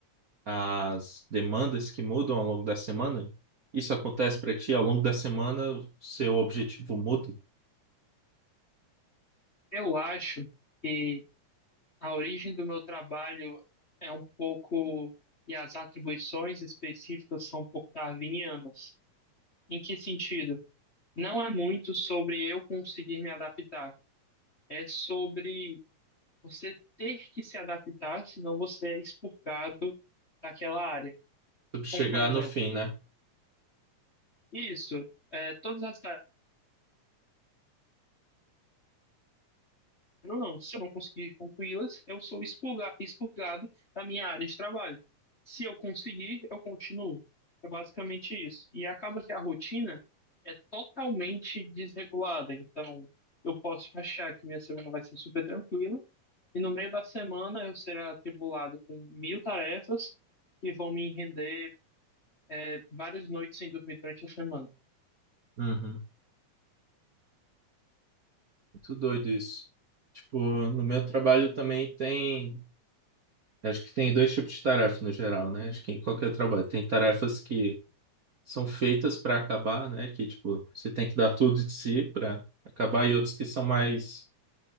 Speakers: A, on the right; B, on the left.
A: às demandas que mudam ao longo da semana? Isso acontece para ti? Ao longo da semana, seu objetivo muda?
B: Eu acho que a origem do meu trabalho é um pouco, e as atribuições específicas são um pouco darwinianas. Em que sentido? Não é muito sobre eu conseguir me adaptar, é sobre você ter que se adaptar, senão você é expurgado daquela área.
A: Tu Chegar
B: Como, por exemplo,
A: no fim, né?
B: isso, é, todas as ou não. Se eu não conseguir concluí-las, eu sou expurga- expurgado da minha área de trabalho. Se eu conseguir, eu continuo. É basicamente isso. E acaba que a rotina é totalmente desregulada. Então, eu posso achar que minha semana vai ser super tranquila, e no meio da semana eu serei atribulado com mil tarefas que vão me render é, várias noites sem dormir durante a semana.
A: Uhum. Muito doido isso. Tipo, no meu trabalho também tem. Acho que tem dois tipos de tarefa no geral, né? Acho que em qualquer trabalho tem tarefas que são feitas para acabar, né? Que tipo, você tem que dar tudo de si para acabar, e outros que são mais